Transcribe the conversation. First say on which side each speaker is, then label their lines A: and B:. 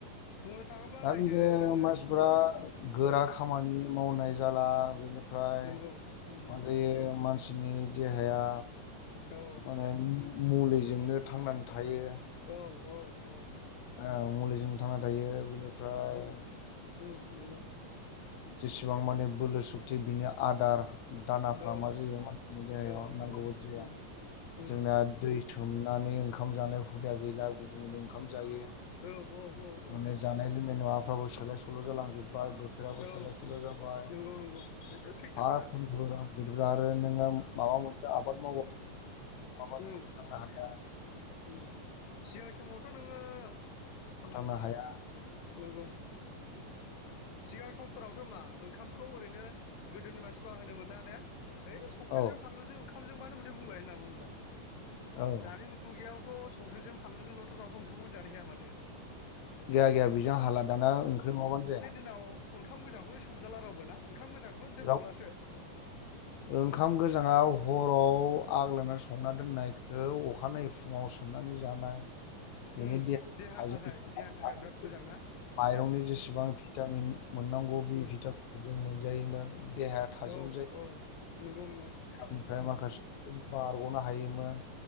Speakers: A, on the left; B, on the left.
A: बुंनो थाङोब्ला।
B: दा
A: नायदो
B: बिदिनो
A: जोङो
B: मानसिफोरा गोरा
A: औ
B: खामानि मावनाय जाला बेनिफ्राय
A: नंगौ उम
B: मा जायो मानसिनि देहाया
A: औ
B: माने मुलिजोंनो थांनानै थायो।
A: औ औ औ
B: ओ मुलिजों थांना थायो बिनिफ्राय
A: उम उम नंगौ।
B: जेसेबां माने बोलो सुक्ति बिनि आदार दानाफ्रा
A: औ
B: मा जायो मानसिनि देहायाव
A: औ
B: नांगौ
A: औ
B: बाददि जाया
A: उम उम
B: जोंना दै सोम नानै ओंखाम जानाय हुदाया गैला गुदुं गुदुं ओंखाम जायो।
A: औ औ औ औ
B: माने जानाय लोंनाय मुवाफ्राबो सोलाय सोल' जालांजोब बाय बोथोराबो
A: औ
B: सोलाय सल जाबाय
A: नंगौ नंगौ बेथ' सैथो
B: हा
A: खोथा
B: <unintelligible> ' बिदिब्ला आरो नोङो माबा मोनसे आबाद मावा मबा
A: उम
B: नोंङो फोथांनो हाखाया।
A: उम सिगां समावथ' नोङो उम
B: फोथांनो हाया
A: नंगौ। सिगां समफोरावथ' मा ओंखामखौ ओरैनो गोदोनि मानसिफ्रा होनो मोना ने? हैओइ संख्रिजों
B: औ
A: फानलुजों ओंखामजों बानो उदै बुंबाय होनना बुङोमोन
B: औ
A: दानि मुगायाव। थ' संख्रिजों फानलुजोंल'थ' रावबो ओंमखौनो जानो हाया माथो।
B: गैया गैया बेजों हाला दाना ओंख्रि नङाबानो जाया।
A: उनाव ओंखाम गोजांखौनो सोमजाला रावबो ना ओंखाम गोजांखौनो दोनबावलासो।
B: राव ओंखाम गोजाङाव हराव आग्लायनानै संना दोननायखौ अखानायै फुङाव सोमनानै जानाय। बिनि
A: उम
B: देहा
A: देहानि
B: थाजिम
A: थाखाय
B: जानाय,
A: देहानि थाखाय बिराद मोजां ना?
B: माइरंनि जेसेबां
A: उम
B: भिटामिन मोननांगौ बे
A: उम
B: भिटामिन, जों मोनजायोमोन देहाया थाजिमजा
A: औ औ नंगौ नंगौ।
B: आनिफ्राय
A: उम
B: माखासे बारग'नो हायोमोन